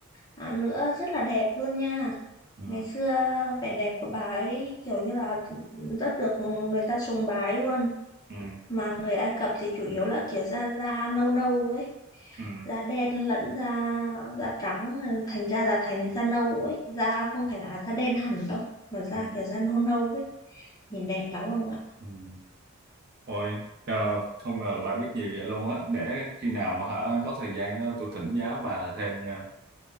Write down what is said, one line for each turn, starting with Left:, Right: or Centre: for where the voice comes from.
Left: à, nữa rất là đẹp luôn nha
Right: ừ
Left: ngày xưa vẻ đẹp của bà ấy kiểu như là rất được người ta sùng bái luôn
Right: ừ
Left: mà người Ai Cập thì chủ yếu là kiểu da da nâu nâu ấy
Right: ừ
Left: da đen lẫn da da trắng ờ, thành ra là thành da nâu ấy da không phải là à, da đen hẳn đâu mà da
Right: ừ
Left: kiểu da nâu nâu ấy nhìn đẹp lắm không ạ
Right: ừ ôi trời, không ngờ là bà biết nhiều vậy luôn á để khi nào mà hả có thời gian á, tôi thỉnh giáo bà thêm nha